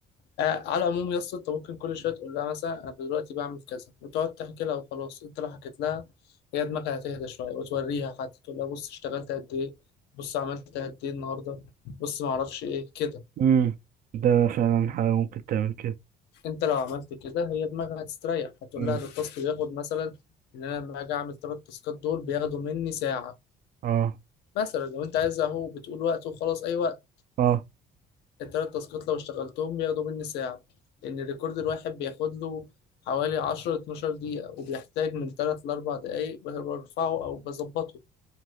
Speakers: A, on the left (about 85°); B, on the right (about 55°).
A: آه على العموم يا اسطى أنت ممكن كل شوية تقول لها مثلا أنا دلوقتي بعمل كذا وتقعد تحكي لها وخلاص أنت لو حكيت لها هي دماغها هتهدى شوية وتوريها حتى تقول لها بص اشتغلت قد إيه بص عملت قد إيه النهاردة بص معرفش إيه كده
B: أمم ده فعلا حاجة ممكن تعمل كده
A: انت لو عملت كده هي دماغك هتستريح هتقول
B: أمم
A: لها ده التاسك بياخد مثلا ان انا لما اجي اعمل ثلاث تاسكات دول بياخدوا مني ساعه
B: أه
A: مثلا لو انت عايز اهو بتقول وقت وخلاص اي وقت
B: أه
A: الثلاث تاسكات لو اشتغلتهم بياخدوا مني ساعه لان الريكورد الواحد بياخد له حوالي 10 12 دقيقه وبيحتاج من 3 ل 4 دقائق برفعه او بظبطه